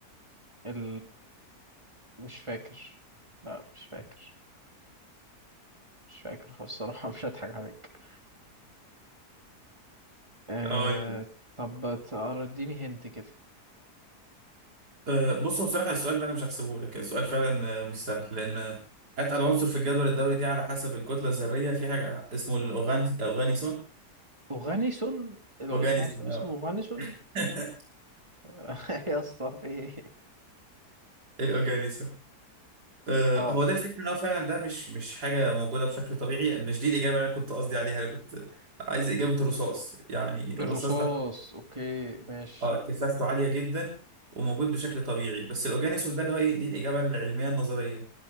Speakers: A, on the right; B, on the right.
A: ال... مش فاكر لا مش فاكر مش فاكر خالص الصراحة <laughs> مش هضحك عليك أه...
B: أقول لك
A: طب تقر- اديني هنت كده
B: أه بص هو بصراحة السؤال ده أنا مش هحسبه لك السؤال فعلا آه، مش سهل لأن آه، أتقل عنصر في الجدول الدوري دي على حسب الكتلة الذرية في حاجة اسمه الأوغان أوغانيسون
A: أوغانيسون العنصر
B: الأوغانيسون
A: اسمه
B: آه.
A: أوغانيسون
B: <laughs>
A: <laughs> يا اسطى في إيه؟
B: الأوغانيسون آه،
A: صعب
B: هو ده الفكرة ان هو فعلا ده مش مش حاجة موجودة بشكل طبيعي مش دي الإجابة اللي أنا كنت قصدي عليها أنا كنت عايز إجابة الرصاص يعني
A: الرصاص
B: الرصاص ده
A: اوكي ماشي
B: اه كثافته عالية جدا وموجود بشكل طبيعي بس الأوجانيسون ده اللي هو إيه دي الإجابة العلمية النظرية